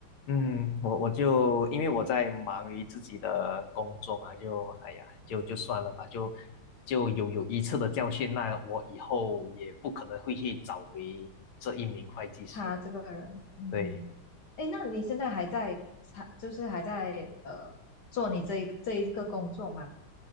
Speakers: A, on the left; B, on the left.
A: 嗯，我我就因为我在忙于自己的工作嘛，就哎呀，就就算了吧，就就有有一次的教训，那我以后也不可能会去找回这一名会计师了。
B: <laughs> 他这个人，嗯，
A: 对。
B: 哎，那你现在还在，就是还在呃做你这一这一个工作吗？